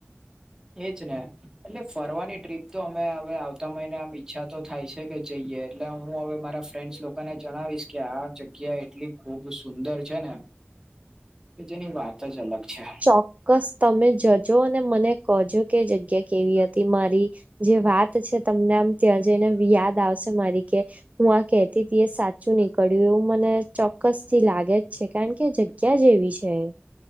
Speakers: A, on the right; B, on the right.
A: એ જ ને, એટલે ફરવાની ટ્રિપ તો અમે હવે આવતા મહિને આમ ઈચ્છા તો થાય છે કે જઈએ, એટલે હું હવે મારા ફ્રેન્ડ્સ લોકોને જણાવીશ કે આ જગ્યા એ એટલી ખૂબ સુંદર છે ને, જેની વાત જ અલગ છે.
B: ચોક્કસ, તમે જજો અને મને કહજો કે જગ્યા કેવી હતી, મારી જે વાત છે, તમને આમ ત્યાં જઈને બી યાદ આવશે મારી કે? હું આ કહેતી તી, એ સાચું નીકળ્યું, એવું મને ચોક્કસથી લાગે છે, કારણ કે, જગ્યા એવી છે.